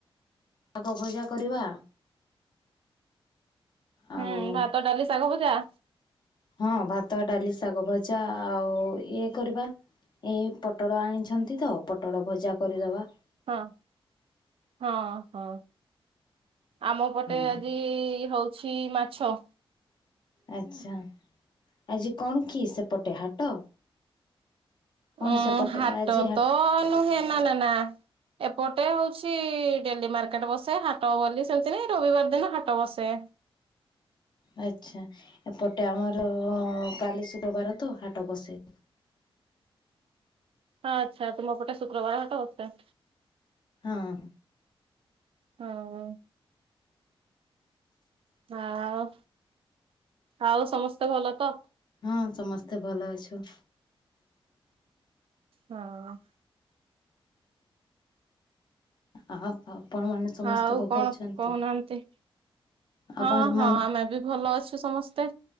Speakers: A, on the left (about 50°); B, on the right (about 65°).
A: ଶାଗ ଭଜା କରିବା। ଆଉ
B: ହୁଁ ଭାତ, ଡାଲି ଶାଗ, ଭଜା
A: ହଁ ଭାତ, ଡାଲି, ଶାଗ, ଭଜା ଆଉ ଇଏ କରିବା। ଏ ପଟଳ ଆଣିଛନ୍ତି ତ ପଟଳ ଭଜା କରିଦେବା।
B: ହଁ ହଁ ହଁ। ଆମ ପଟେ
A: ହଁ
B: ଆଜି ହଉଛି ମାଛ।
A: ଆଚ୍ଛା ଆଜି କଣ କି ସେପଟେ ହାଟ? କଣ
B: ଉୁଁ
A: ସେପଟେ
B: ହାତ
A: ଆଜି ହା
B: ତ ନୁହେ ନା ନେ ନା। ଏପଟେ ହଉଛି ଡେଲି ମାର୍କେଟ ବସେ ହାଟ ବୋଲି ସେମିତି ନାଇଁ ରବିବାର ଦିନ ହାଟ ବସେ।
A: ଆଚ୍ଛା। ଏପଟେ ଆମର କାଲି ଶୁକ୍ରବାର ତ ହାଟ ବସେ।
B: ହଁ ଆଚ୍ଛା ତୁମ ପୋଟେ ଶୁକ୍ରବାର ହାଟ ବସେ।
A: ହଁ।
B: ହଁ। ହଁ ଆଉ ସମସ୍ତେ ଭଲ ତ।
A: ହଁ ସମସ୍ତେ ଭଲ ଅଛୁ।
B: ହଁ।
A: ଆଉ ଆପଣମାନେ ସମସ୍ତେ
B: ଆଉ
A: ଭଲ
B: କଣ
A: ଅଛନ୍ତି?
B: କହୁନାହାନ୍ତି?
A: ଆପଣ
B: ହଁ- ହଁ
A: ମାନେ
B: ଆମେ ବି ଭଲ ଅଛୁ ସମସ୍ତେ।